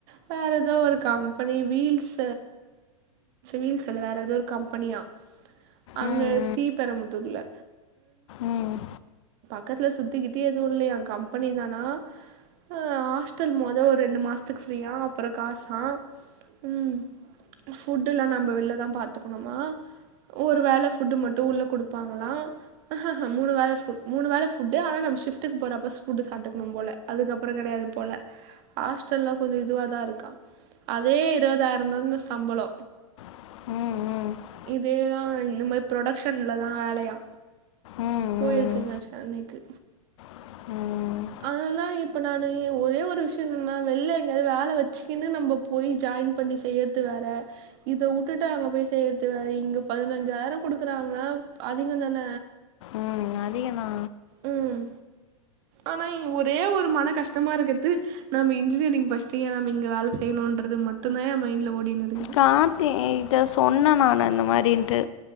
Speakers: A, on the right (about 50°); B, on the left (about 55°).
A: வேற ஏதோ ஒரு கம்பெனி வீல்ஸ் வீல்ஸ் இல்ல வேற ஏதோ ஒரு கம்பெனியா அங்க
B: ம்
A: ஸ்ரீபெரமுதூர்ல
B: ம்
A: பக்கத்துல சுத்திக்கித்தி எதுவு இல்லையா கம்பெனி தானா அ ஹாஸ்டல் மொதொ ஒ ரெண்டு மாச த்துக்கு ஃபிரீயா அப்பறோ காசா ம் ஃபுட்லா நம்ம வெள்லதா பாத்துக் கனுமா ஒரு வேள ஃபுட்டு மட்டு உள்ள குடுப்பாங்களா ஹ ஹ ஹ மூணு வேள ஃபுட் மூணு வேள ஃபு ஃபுட்டு ஆனா நம் ஷிஃப்டுக் போறப்ப ஃபுட்டு சாப்ட்டுக்கணு போல அதுக்கப்பறோ கெடையாது போல ஹாஸ்டல்லா கொஞ்சோ இதுவாதா இருக்கா அதே இருவதாய்ரந்தா இந்த சம்பளோ
B: ம் ம்
A: இது ஆ இந்ந மாரி புரடெக்ஷன்லதா வேலயா
B: ம் ம்
A: போயிருக்கங்க சென்னைக்கு
B: ம்
A: அதனால இப்ப நானு ஒரே ஒரு விஷயோ என்னனா வெள்ல எங்காவ்து வேல வெச்சுக்கின்னு நம்ம போய் ஜாயின் பண்ணி செய்யற த்து வேற இத உட்டுட்டு அங்க போய் செய்றது வேற இங்க பதினஞ்சாயிரோ குடுக்குறாங்னா அதிகந்தான
B: ம் அதிகந்தா
A: ம் ஆனா ஒரே ஒரு மன கஷ்டமா இருக்குது நம்ம இன்ஜினியரிங் பச்ட்டு ஏ நம்ம இங்க வேல செய்ணுன்றது மட்டுந்தா ஏ மைன்ட்ல ஓடினு இருகுது
B: கார்த்தி இத சொன்ன நானு இந்த மாரின்ட்டு